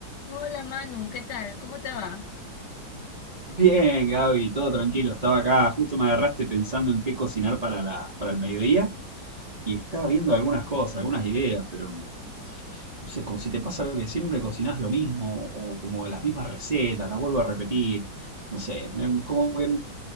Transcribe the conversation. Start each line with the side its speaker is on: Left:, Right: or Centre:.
Left: Hola Manu, ¿qué tal? ¿Cómo te va?
Right: Bien, Gaby, todo tranquilo. Estaba acá, justo me agarraste pensando en qué cocinar para la, para el mediodía y estaba viendo algunas cosas, algunas ideas, pero no sé, como si te pasa que siempre cocinás lo mismo o como las mismas recetas, las vuelvo a repetir. No sé, me- como que,